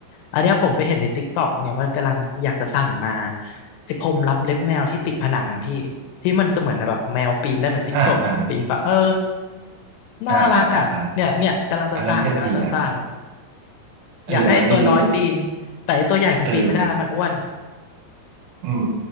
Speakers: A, on the left (about 80°); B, on the right (about 80°).
A: อันเนี้ยผมไปเห็นในติ๊กต็อกเนี่ยว่ากำลังอยากจะสั่งมาไอ้พรมรับเล็บแมวที่ติดผนังอะพี่ที่มันจะเหมือนแบบแมวปีนได้เหมือนจิ้งจกอะปีนปะเออ
B: อ่าอ่า
A: น่ารักอะเนี่ยเนี่ยกำลังจะสั่งกำลังจะสั่ง
B: อ่าอ่าอ่าอ่าอันนั้นก็ดีนะเอออันนั้นก็ดีนะแต่
A: อยากให้ตัวน้อยปีนแต่ไอ้ตัวใหญ่ของปีนไม่ได้แล้วมันอ้วน
B: เออ อืม